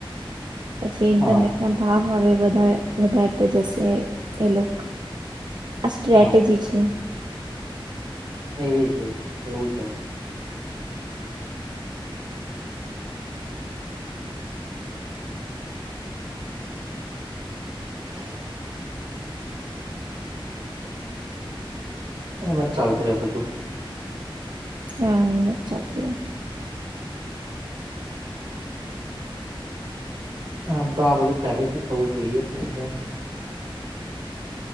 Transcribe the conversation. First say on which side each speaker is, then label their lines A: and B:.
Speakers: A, on the right; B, on the right.
A: પછી
B: હા
A: ઇન્ટરનેટના ભાવ હવે વધાર વધારતા જશે એ એ લોક આ સ્ટ્રેટેજી
B: હા
A: છે.
B: એય છે, એવું છે. <unintelligible> એમ જ ચાલતું રે બધું.
A: યા એમજ ચાલતું રે.
B: આમ તો આ બધું પહેલેથી થવું જોઈએ, પણ <unintelligible>